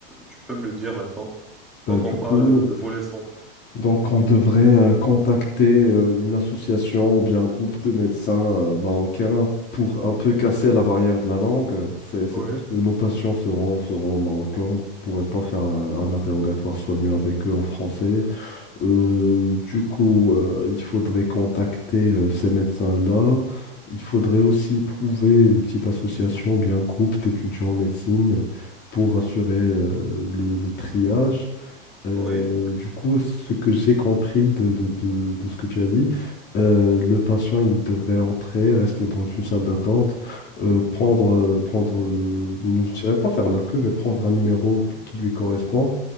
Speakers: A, in the centre; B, on the left (about 35°).
A: tu peux me le dire maintenant,
B: Bah,
A: tant qu'on
B: du
A: parle
B: coup,
A: de volet santé.
B: Donc, on devrait euh, contacter euh, une association ou bien un groupe de médecins euh, marocains pour un peu casser la barrière de la langue. Euh, C'est, c'est
A: Oui,
B: parce que nos patients seront, seront marocains. On ne pourrait pas faire un, un interrogatoire soigneux avec eux en français. Euh, du coup, euh, il faudrait contacter euh, ces médecins-là. Il faudrait aussi trouver une petite association ou bien un groupe d'étudiants en médecine pour assurer euh, le le triage. Euh,
A: oui,
B: du coup, ce que j'ai compris de, de- de- de ce que tu as dit, euh, le patient, il devrait entrer, rester dans une salle d'attente, euh, prendre, euh, prendre, euh, je ne dirais pas faire la queue, mais prendre un numéro qui lui correspond